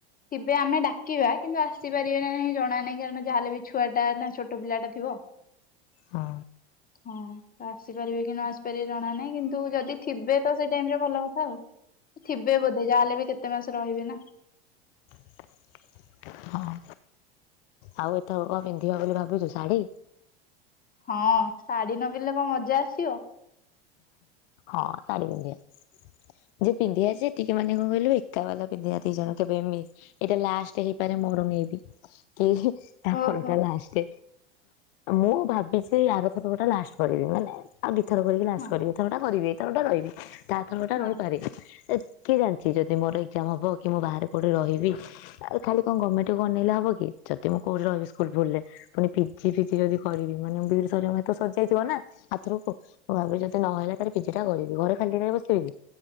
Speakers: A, on the left (about 25°); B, on the left (about 60°).
A: ଥିବେ ଆମେ ଡାକିବା କିନ୍ତୁ ଆସିପାରିବେ ନା ନାହି। ଜଣା ନାହିଁ। କାରଣ ଯାହାେଲେ ବି ଛୁଆ ଟା ନା ଛୋଟ ପିଲା ଟା ଥିବ।
B: ହଁ
A: ହଁ ଆସିପାରିବେ କି ନ ଆସିପାରିବେ ଜଣା ନାହିଁ କିନ୍ତୁ ଯଦି ଥିବେ ତ ସେ ଟାଇମରେ ଭଲ କଥା ଆଉ। ଥିବେ ବୋଧେ ଯାହଲେ ବି କେତେ ମାସ ରହିବେ ନା।
B: ହଁ। ଆଉ ଏତର କଣ ପିନ୍ଧିବ ବୋଲି ଭାବୁଛ ଶାଢୀ?
A: ହଁ, ଶାଢୀ ନ ପିନ୍ଧିଲେ କଣ ମଜା ଆସିବ।
B: ହଁ ଶାଢ଼ୀ ପିନ୍ଧିବା। ଯେ ପିନ୍ଧିଆ ସେ ଟିକେ ମାନେ କଣ କହିଲୁ, ଏକା ବାଲା ପିନ୍ଧିବା ଦିଇ ଜଣ କେବେ ମି ଏଇଟା ଲାଷ୍ଟ ହେଇପାରେ ମୋର। ମେ ବି, କେହି ତା
A: ଓହୋ
B: ପରଟା ଲାଷ୍ଟେ। ମୁଁ ଭାବିଛି ଆର ତାରକଟା ଲାଷ୍ଟ କରିବି। ମାନେ ଆଉ ଦୁଇଥର କରିକି ଲାଷ୍ଟ
A: ହଁ
B: କରିବି ଏଥର ଟା କରିବି ଏଥରଟା ରହିବି ତା ଥରଟା
A: ହଁ।
B: ରହିପାରେ ଏ କିଏ ଜାଣିଛି ଯଦି ମୋର ଏଜାମ ହବ କି, ମୁଁ ବାହାରେ କୋଉଠି ରହିବି। ଖାଲି କଣ ଗମେଣ୍ଟ କୁ ଅନେଇଲେ ହବ କି? ଯଦି ମୁଁ କୋଉଠି ରହି ସ୍କୁଲ ଫୁଲରେ, ପୁଣି ପିଜି ଫିଜି ଯଦି କରିବି ମାନେ ମୁଁ ବି ଇ ଡି ସରିବ ମାନେ ସରିଯାଇଥିବା ନା। ଆର ଥରକୁ ଭାବ ଭାବରେ ଯଦି ନହେଲା ତା ପିଜିଟା କରିବି ଘରେ ଖାଲି କାଇଁ ବସିବିକି?